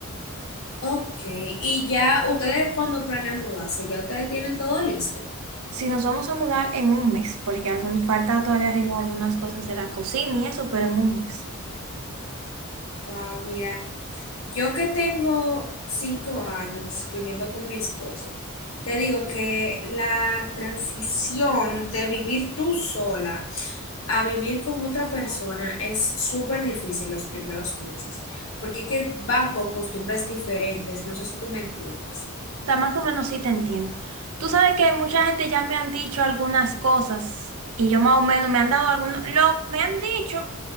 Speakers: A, on the left (about 65°); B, on the right (about 75°).
A: Ok, y ya ustedes cuando planean mudarse, ya ustedes tienen todo listo.
B: Si nos vamos a mudar en un mes, porque algún, falta todavía arreglar algunas cosas de la cocina y eso, pero en un mes.
A: Wow, mira, yo que tengo cinco años viviendo con mi esposo, te digo que la transición de vivir tú sola a vivir con otra persona es súper difícil los primeros meses, porque es que van con costumbres diferentes, no sé si tú me entiendes.
B: O sea, más o menos sí te entiendo. Tú sabes que mucha gente ya me han dicho algunas cosas y yo más o menos me han dado algunos, lo, me han dicho.